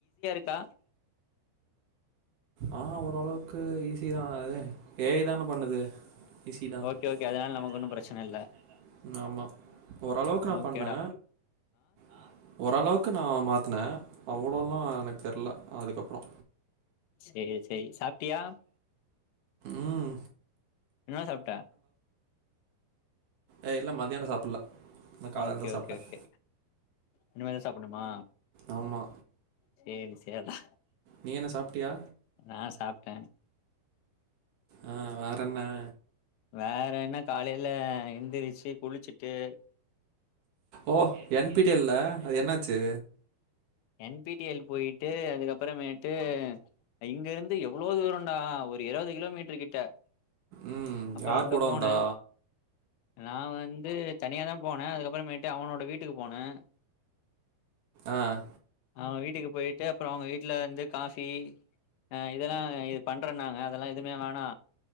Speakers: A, on the left; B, on the right.
A: ட
B: ஆ ஓரளவுக்கு ஈஸிதா அது ஏயிதான பண்ணுது ஈஸிதா அது
A: ஓகே ஓகே
B: ஓக்கே ஓக்கே அதனால
A: ஒன்னும்
B: நமக்கு
A: பிரச்சன
B: ஓண்ணும்
A: இல்ல
B: பிரச்சனையில்ல ஆமா ஓரளவுக்கு நா
A: ஓகேடா
B: பண்ணே ஆ ஓரளவுக்கு நா மாத்துனே மாத்துன அவ்வளோலா எனக்கு தெரில அதுக்கப்புறோ
A: சேரி சேரி சாப்பிட்டியா
B: ம்
A: என்ன சாப்ட
B: ஏ இல்ல மத்தியானோ சாப்பிடல நான் காலையில்
A: ஓகே
B: தான்
A: ஓகே
B: சாப்பிட்டேன்
A: ஓகே இனிமேல்தா சாப்புட்ணுமா
B: ஆமா
A: சேரி சேரி அதா
B: நீ என்ன சாப்டியா
A: நா சாப்டே
B: ஆ வேற என்ன
A: வேற என்ன காலைல எந்திரிச்சு குளிச்சுட் டே
B: ஓ என் பி டி எல் ல அது என்னாச்சு
A: என் பி டி எல் போயிட்டு அதுக்கப்புறமேட்டு இங்க இருந்து எவ்வளவு தூரண்டா ஒரு இருபது கிலோமீட்டரு கிட்ட
B: ம்
A: அப்பற
B: யார்
A: அங்க
B: கூட
A: போனே
B: வந்தா
A: நா வந்து தனியா தா போனே அதுக்கப்பறமே ட்டு அவனோட வீட்டுக்கு போனே
B: ஆஹ்
A: அவங்க வீட்டுக்கு போயிட்டு அப்பற அவங்க வீட்டில வந்து காஃபி அ இதெல்லா இது பண்றனாங்க அதெல்லா எதுமே வேணா